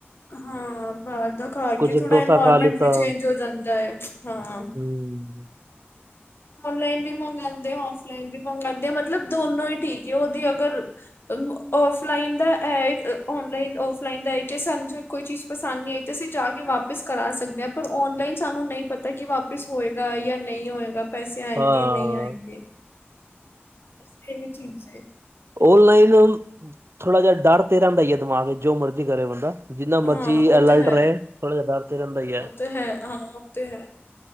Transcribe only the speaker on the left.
ਹਾਂ ਬਾਹਰ ਦਾ ਖਾ
ਕੇ, ਥੋੜਾ
ਇਨਵਾਇਰਮੈਂਟ
ਵੀ ਚੇਂਜ ਹੋ ਜਾਂਦਾ ਹੈ, ਹਾਂ।
ਔਨਲਾਈਨ ਵੀ ਮੰਗਵਾਉਂਦੇ ਆ, ਔਫਲਾਈਨ ਵੀ ਮੰਗਉਂਦੇ ਆ। ਮਤਲਬ ਦੋਨੋ ਹੀ ਠੀਕ ਹੈ ਉਹਦੀ ਅਗਰ ਔਫਲਾਈਨ ਦਾ ਐ ਏ, ਔਨਲਾਈਨ-ਔਫਲਾਈਨ ਦਾ ਕਿ ਸਾਨ ਝੋ ਕੋਈ ਚੀਜ਼ ਪਸੰਦ ਨਹੀਂ ਆਈ, ਤਾਂ ਅਸੀਂ ਜਾ ਕੇ ਵਾਪਿਸ ਕਰਾ ਸਕਦੇ ਹਾਂ। ਪਰ ਔਨਲਾਈਨ ਸਾਨੂੰ ਨਹੀਂ ਪਤਾ, ਕਿ ਵਾਪ- ਪਿਸ ਹੋਏਗਾ ਯਾ ਨਈ ਹੋਏਗਾ, ਪੈਸੇ ਆਏਗੇ
ਨਈ ਆਏਗੇ ਬਸ, ਇਸ ਮੇ ਹੀ ਚੀਮਜ਼ ਹੈ।
ਹਾਂ
ਉਹ
ਤੇ ਹੈ
ਉਹ ਤੇ ਹੈ ਹਾਂ ਉਹ ਤੇ ਹੈ,